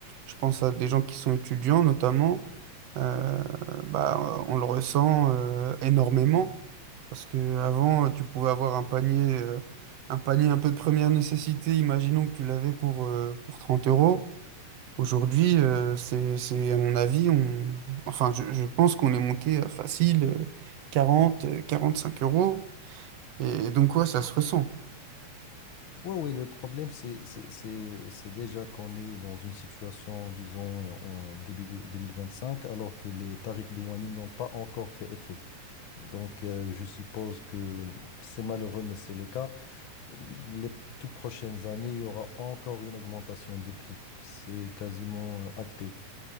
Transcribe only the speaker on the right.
je pense à des gens qui sont étudiants notamment, euh, bah, on le ressent euh, énormément. Parce que avant, tu pouvais avoir un panier, euh, un panier un peu de première nécessité, imaginons que tu l'avais pour, euh, pour 30 euros. Aujourd'hui, euh, c'est, c'est, à mon avis, on... enfin, je, je pense qu'on est monté à facile euh, 40 euh, 45 euros. Et donc, ouais, ça se ressent.